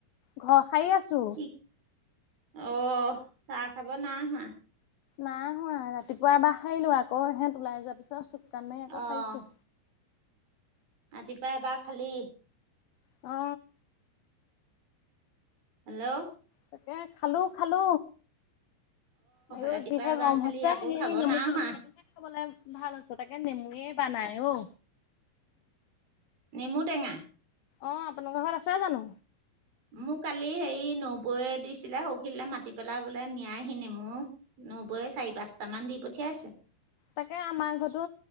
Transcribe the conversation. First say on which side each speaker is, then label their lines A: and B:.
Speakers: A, on the left; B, on the right.
A: ঘৰ সাৰি আছো।
B: কি অ, চাহ খাব নাই হোৱা।
A: নাই হোৱা। ৰাতিপুৱা এবাৰ সাৰিলোঁ আকৌ। এহেত ওলাই যোৱাৰ পিছত চো চান মাৰি আকৌ
B: অ'।
A: সাৰিছোঁ।
B: ৰাতিপুৱা এবাৰ খালি।
A: অ।
B: হেল্ল'
A: তাকে খালো, খালো। আই
B: ৰাতিপুৱা
A: অ যিহে
B: এবাৰ
A: গৰম
B: খালি
A: হৈছে।
B: আকৌ
A: হেৰি
B: খাব
A: নেমু
B: নাই
A: চৰবতকে
B: হোৱা।
A: খাব লাগে। ভাল হৈছে। তাকে নেমু এবাৰ নাই অ।
B: নেমু টেঙা
A: অ, আপোনালোকৰ ঘৰত আছে জানো?
B: মোক কালি হেৰি নবৌৱে দিছিলে ঔ খিনিলে মাতি পেলাই বোলে নিয়াহি নেমু। নবৌ <unintelligible> চাৰি, পাঁচটা মান দি পঠিয়াইছে।
A: তাকে আমাৰ ঘৰতো